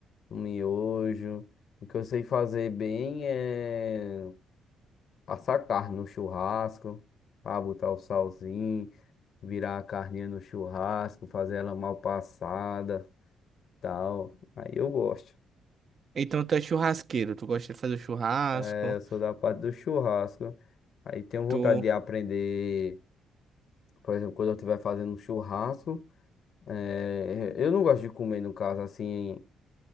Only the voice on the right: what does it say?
Então tu é churrasqueiro, tu gosta de fazer churrasco,
tu...